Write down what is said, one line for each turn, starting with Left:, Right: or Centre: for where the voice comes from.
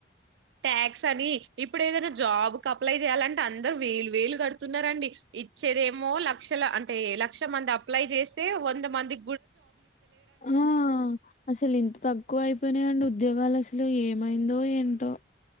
Right: ట్యాక్స్ అవి ఇప్పుడు ఏదైనా జాబ్ అప్లై చేయ్యాలంటే అందరు వేలు వేలు కడుతున్నారండి ఇచ్చేదేమో లక్షల అంటే ఏ లక్ష మంది అప్లై చేస్తే వంద మంది
Left: ఆ అసలు ఇంత తక్కువ అయిపోయినాయండి ఉద్యోగాలు అసలు ఏమైందో ఏంటో